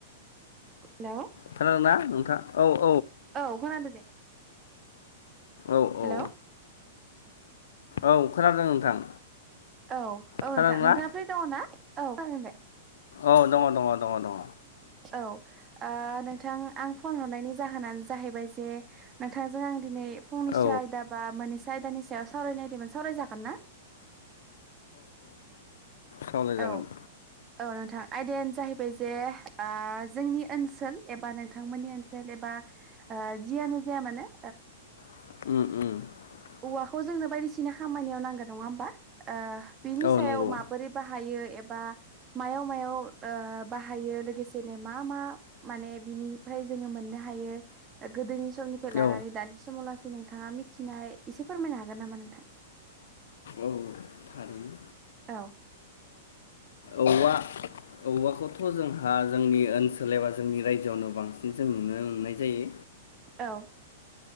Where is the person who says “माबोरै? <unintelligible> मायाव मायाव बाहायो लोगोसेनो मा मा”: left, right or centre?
Right